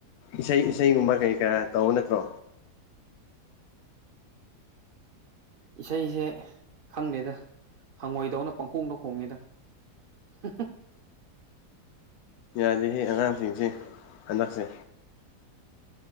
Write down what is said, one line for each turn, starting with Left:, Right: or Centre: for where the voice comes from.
Left: ꯏꯁꯩ ꯏꯁꯩꯒꯨꯝꯕ ꯀꯩ ꯀꯥ ꯇꯧ ꯅꯠꯇ꯭ꯔꯣ
Right: ꯏꯁꯩꯁꯦ ꯈꯪꯗꯦꯗ ꯍꯪꯉꯣꯏꯗꯧꯅ ꯄꯪꯈꯣꯡꯗꯣ ꯈꯣꯡꯉꯦꯗ ꯎꯝ
Left: ꯌꯥꯗꯦꯍꯦ ꯑꯉꯥꯡꯁꯤꯡꯁꯤ ꯍꯟꯗꯛꯁꯦ